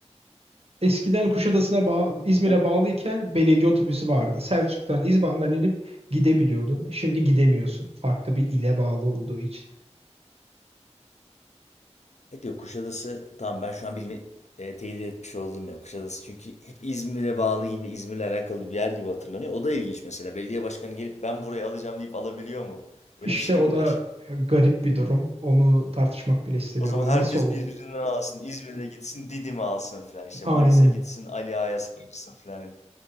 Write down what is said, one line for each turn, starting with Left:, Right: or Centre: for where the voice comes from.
Right: Eskiden Kuşadası'na bağ İzmir'e
Left: O,
Right: bağlıyken belediye otobüsü vardı. Selçuk'tan, İzban'dan inip gidebiliyordun. Şimdi gidemiyorsun. Farklı bir ile bağlı olduğu için.
Left: evet diyor Kuşadası tamam ben şu an bilimi e, teyit etmiş oldum ya. Kuşadası çünkü hep İzmir'e bağlı gibi İzmir'le alakalı bir yer gibi hatırlanıyor. O da ilginç mesela. Belediye başkanı gelip ben burayı alacağım deyip alabiliyor mu? Öyle
Right: İşte
Left: bir şey
Right: o
Left: mi
Right: da
Left: var?
Right: e, garip bir durum. Onu tartışmak bile istemiyorum.
Left: O zaman
Right: O
Left: herkes
Right: nasıl oldu?
Left: birbirinden alsın. İzmir'de gitsin, Didim'e alsın filan. İşte
Right: Aynen.
Left: Manisa gitsin, Ali Ağa'ya saldırsın filan.